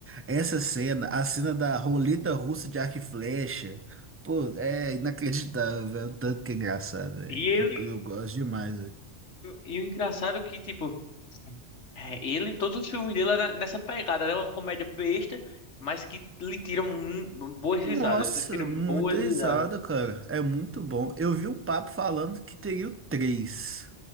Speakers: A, on the right; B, on the left.
A: Essa cena, a cena da roleta russa de arco e flecha, pô, é inacreditável, velho, o tanto que é engraçado, velho.
B: E ele.
A: Eu, eu gosto demais, velho.
B: E o engraçado é que, tipo, é, ele, todos os filmes dele é na- nessa pegada, né? Uma comédia besta, mas que lhe tiram mu- boas risadas.
A: Nossa,
B: Lhe tiram
A: muita
B: boas
A: risada,
B: risadas.
A: cara. É muito bom. Eu vi um papo falando que teria o três